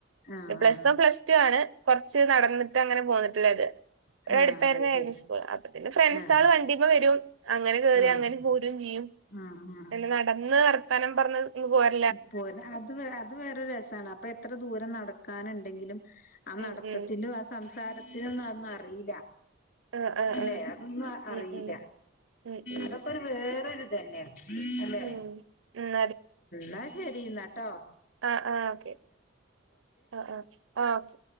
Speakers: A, on the left; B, on the right.
A: ആ
B: പ്ലസ്
A: ആ
B: വൺ പ്ലസ് ടു ആ കൊറച്ച് നടന്നിട്ടങ്ങനെ പോന്നിട്ട്ള്ള ഇത്. ഇവടട്ത്തായിര്ന്നായിര്ന്ന്
A: ആ ആ അത് ശരി
B: സ്കൂള്. അപ്പൊപ്പിന്നെ ഫ്രണ്ട്സാള്
A: ആ
B: വണ്ടിമ്മെ വരും. അങ്ങനെ കേറി
A: ആഹ്
B: അങ്ങനെ പോരൂം ചെയ്യും.
A: ആഹ്
B: പിന്നെ നടന്ന് വർ ത്താനം പറഞ്ഞത് <unintelligible> പോര
A: ഇ പ്പോരാ. അത് വേ അത് വേറൊരു രസാണ്. അപ്പൊ എത്ര ദൂരം നട കാന്ണ്ടെങ്കിലും. ആ നടത്തത്തിന്റെതും
B: ഉം ഉം
A: ആ സം സാരത്തിലൊന്നു അ ഒന്നും അറീല്ല.
B: ആഹ് ആഹ്
A: അല്ലെ?
B: ആഹ്
A: അതൊന്നു അറീല്ല.
B: ഉം ഉം ഉം ഉം
A: അതൊക്കെരു വേറൊരു ഇതന്നേണ്. അല്ലെ?
B: ഉം ഉം
A: ന്നാ സെരി ഇന്നാട്ടോ.
B: അ ആ ഓക്കെ. അ അ. ആ ഓക്കെ